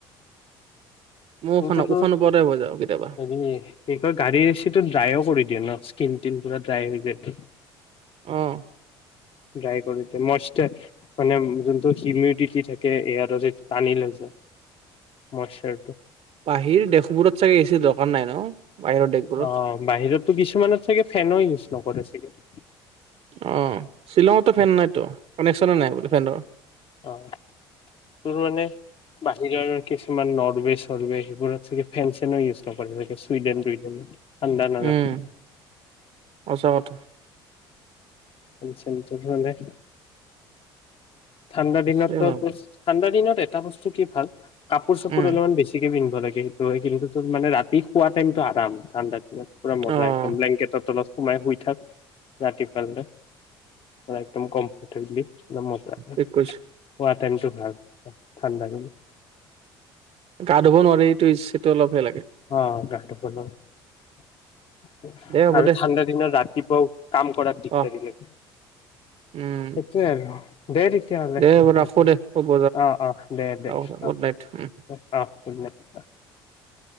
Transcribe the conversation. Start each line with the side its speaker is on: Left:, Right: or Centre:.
Right: মই উশাহ
Left: কিন্তুো
Right: ন উশাহ
Left: হেৰি
Right: নোপোৱাতে হৈ যাওঁ কেতিয়াবা
Left: কি কয় গাড়ী ৰেচিটো ড্ৰাই কৰি দিয়ে ন তিন তিিন পৰা যায় হৈ য
Right: আহ
Left: ড্ৰাই কৰি মইাৰ মানে যোনটো হিউমিডিটি থাকে এয়াৰ টানি লৈ য মইাৰ
Right: বাহিৰ দেশবোৰত চাগে এইছিল দক ন নাই ন'। বাহিৰৰ দেশবোৰত
Left: অ', বাহিৰতটো কিছুমানত চাগে ফেনো ইউজ নকৰে। ঠিক আছে।
Right: অহ। শ্বিলঙতো ফেন নাইতো কানেকশ্যনে নাই বোলে ফেনৰ।
Left: অ', তোৰ মানে বাহিৰত কিছুমান নৰৱে চৰৱে সেবোৰত চাগে ফেন চেনো ইউজ নকৰে চুইডেন টুইডেনত। ঠাণ্ডা নাজাতে
Right: উম, সঁচা কথা।
Left: চেন্চো <unintelligible> ঠাণ্ডা দিনতো
Right: হ'ব
Left: তো ঠাণ্ডা দিনত এটা বস্তু কি ভাল। কাপোৰ চাপোৰ
Right: উম,
Left: অলপমান বেছিকে পিন্ কে সেইটো হয় কিন্তু তোৰ মানে ৰাতি শুৱা টাইমটো আৰাম ঠাণ্ডাৰ দিনত। পুৰা মজা
Right: অ',
Left: একদম ব্লেংকটত তলত সোমাই শুই থাক ৰাতি ফালে একদম কমফৰ্টেবলি। নমস্কাৰ।
Right: ঠিক কৈছে
Left: তাৰ টেণ্টতো ভাল <unintelligible> ঠাণ্ডা
Right: গা ধুব নোৱাৰি! এইটো এচিটো অলপহে লাগে।
Left: অ' গা ধুব নোৱাৰোঁ।
Right: দে হ'ব
Left: আৰু
Right: দে
Left: ঠাণ্ডা দিনত ৰাতি অউ। কাম কৰাত দিগদাৰি
Right: অ',
Left: লাগে। সেইটোৱে
Right: উম,
Left: আৰু দে তেতিয়াহ'লে
Right: দে হ'ব ৰাখো
Left: বাকী,
Right: দে শুব
Left: অ'-অ', দে-দে,
Right: যাওঁ গুড
Left: আহ!
Right: নাইট উম।
Left: দে আহ। Good night.